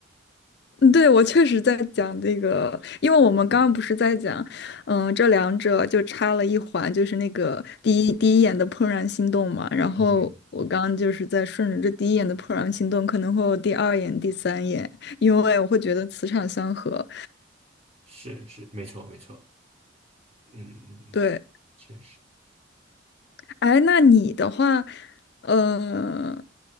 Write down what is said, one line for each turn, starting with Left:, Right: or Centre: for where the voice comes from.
Left: 嗯，对，我确实在讲这个，因为我们刚刚不是在讲，嗯，这两者就差了一环，就是那个第一第一眼的怦然心动嘛。然后我刚刚就是在顺着这第一眼的怦然心动，
Right: 嗯，
Left: 可能会有第二眼、第三眼，因为我会觉得磁场相合。
Right: 是是，没错没错，嗯，
Left: 对，
Right: 确实，
Left: 哎，那你的话，呃，